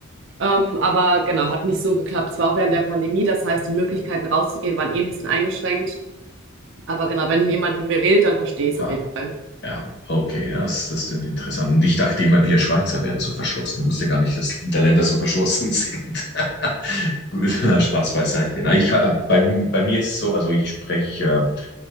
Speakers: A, on the right; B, on the left.
A: ähm, aber genau, hat nicht so geklappt. Es war auch während der Pandemie, das heißt, die Möglichkeiten rauszugehen waren eh ein bisschen eingeschränkt. Aber genau, wenn jemand mit mir redet, dann verstehe ich es
B: war,
A: auf jeden Fall.
B: ja, okay, ja, das, das klingt interessant. Und ich dachte immer, wir Schweizer wären so verschlossen. Ich wusste gar nicht, dass die Länder so verschlossen sind. <laughs> Gut, na, Spaß beiseite. Na, ich, äh, bei, bei mir ist es so, also ich spreche äh,